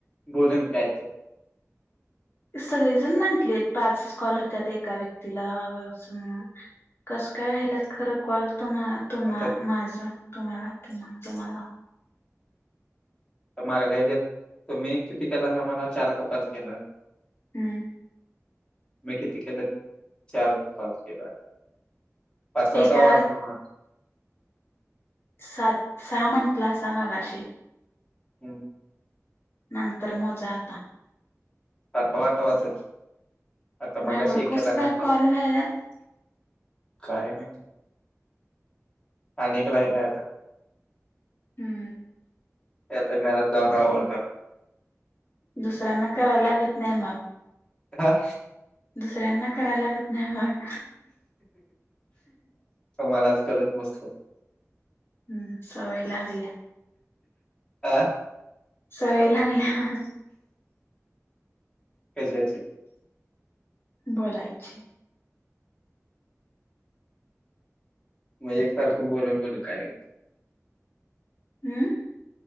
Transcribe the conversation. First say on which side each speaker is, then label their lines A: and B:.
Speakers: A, on the left; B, on the left.
A: बोलेल काय तर.
B: सगळी जण म्हटली पाचच कॉल होत्यात एका व्यक्तीला असं म्हणून. कसं काय व्हायलात खरं कॉल तुम्हा तुम्हा
A: आता
B: माझा तुम्हा तुम्हाला.
A: तर मागले हेज्यात तुम्ही किती केला तर आम्हाला चार का पाच केला.
B: हम्म.
A: मी किती केलेत चार पाच केला पाचवा
B: एका
A: सहावा असाल माझं.
B: सात सहा म्हणटला असा मगाशी.
A: हम्म.
B: नंतर मोजा आता.
A: सातवा आठवाच असेल आता
B: मग
A: मगाशी
B: एवढं
A: एक
B: कसं
A: केला नी
B: काय
A: आता
B: कॉल
A: एक.
B: व्हायल्यात
A: काय माहिती आणि एक राहिला आता.
B: हम्म
A: ते आता घरात जाऊन आवडतात.
B: दुसऱ्यांना कराय लागत नाही म.
A: तथा
B: दुसऱ्यांना कराय लागत नाही मग.
A: तुम्हालाच करत बसतो
B: हम्म सवय लागल्या.
A: का
B: सवय लागल्या.
A: कशाचे
B: बोलायची
A: म्हणजे एकसारखं बोलून बोलू काय.
B: हम्म.